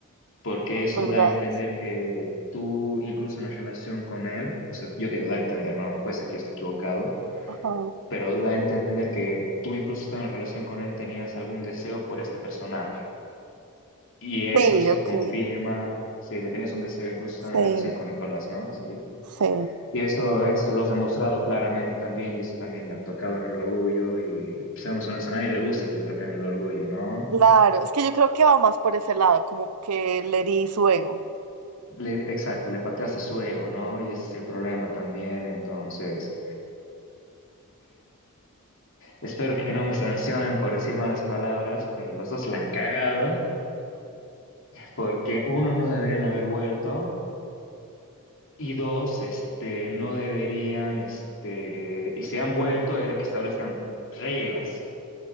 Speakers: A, on the left; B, on the right.
A: porque
B: es
A: eso
B: verdad.
A: da a entender que tú, incluso en la relación con él, o sea, yo te digo, da a entender, ¿no? Puede ser que yo esté equivocado,
B: Ajá.
A: pero da a entender que tú incluso estando en la relación con él tenías algún deseo por este personaje. Y eso
B: Sí,
A: se
B: ok,
A: confirma si le tienes un deseo, incluso estando
B: sí,
A: en relación con Nicolás, ¿no? Sí.
B: sí.
A: Y eso, eso lo has demostrado claramente también, y eso también le ha tocado en el orgullo, y pues, seamos honestos, a nadie le gusta que le toquen el orgullo, ¿no?
B: Claro, es que yo creo que va más por ese lado, como que le herí su ego.
A: Le- exacto, le pateaste su ego, ¿no? Y ese es el problema también, entonces, espero que no me sancionen por decir malas palabras, pero los dos la han cagado, porque uno no deberían haber vuelto, Y dos, este, no deberían, este, y se han vuelto a ver que establezcan reglas